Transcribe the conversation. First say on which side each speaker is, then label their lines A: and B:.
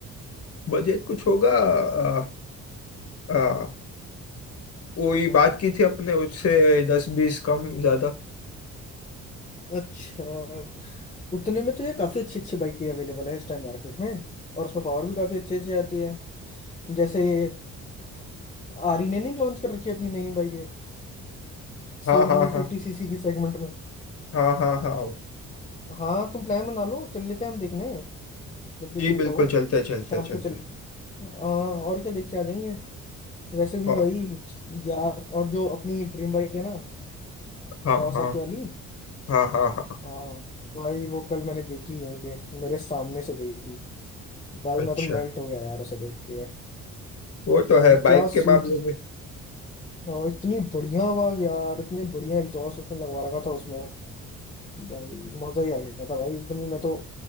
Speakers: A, on the left; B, on the left.
A: बजट कुछ होगा अ, अ, वही बात की थी अपने उससे दस बीस कम ज्यादा
B: अच्छा उतने में तो ये काफी अच्छी अच्छी बाइकें अवेलेबल है इस टाइम मार्केट में और उसमें पावर भी काफी अच्छी अच्छी आती है जैसे ये आरी ने नहीं लॉन्च कर रखी है अपनी नई नई बाइकें
A: हाँ
B: फोर
A: हाँ
B: हंड्रेड
A: हाँ
B: फिफ्टी सीसी की सेगमेंट में
A: हाँ हाँ हाँ हाँ।
B: हाँ तुम प्लान बना लो चल लेते हैं हम देखने जब भी
A: जी
B: तुम
A: बिल्कुल
B: कहो
A: चलते चलते
B: शाम
A: चलते
B: को चल आ, और क्या देख के आ जाएंगे वैसे भी
A: हाँ
B: भाई यार और जो अपनी ड्रीम बाइक है ना
A: हाँ
B: कावासाकी
A: हाँ
B: वाली
A: हाँ हाँ हाँ
B: हाँ भाई वो कल मैंने देखी यहीं पे मेरे सामने से गई थी भाई
A: अच्छा
B: मैं तो मेल्ट हो गया यार उसे देख के
A: वो तो
B: भाई
A: है बाइक
B: क्या
A: के
B: सूद
A: मामले में
B: और इतनी बढ़िया आवाज यार इतने बढ़िया एग्जॉस्ट उसमें लगवा रखा था उसमें भाई मजा ही आ गया था भाई एकदम ही मैं तो